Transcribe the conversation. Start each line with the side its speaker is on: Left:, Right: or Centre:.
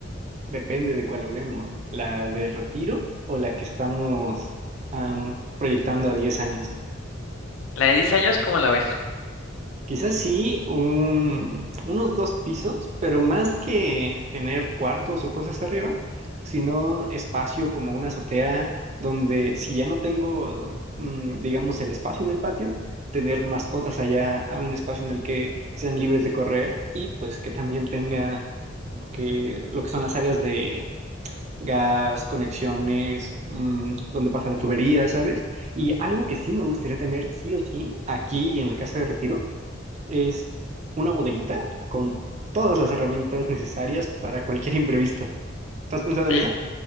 Right: depende de cuál hablemos, la de retiro o la que estamos am, proyectando a 10 años.
Left: La de 10 años, ¿cómo la ves?
Right: Quizás sí, un- unos dos pisos, pero más que tener cuartos o cosas arriba, sino espacio como una azotea donde si ya no tengo, mm, digamos, el espacio en el patio, tener mascotas allá a un espacio en el que sean libres de correr y pues que también tenga que lo que son las áreas de gas, conexiones, mm, donde pasa la tubería, ¿sabes? Y algo que sí me gustaría tener sí o sí aquí en la casa de retiro es una bodeguita con todas las herramientas necesarias para cualquier imprevisto. ¿Estás pensado en
Left: Eh,
Right: eso?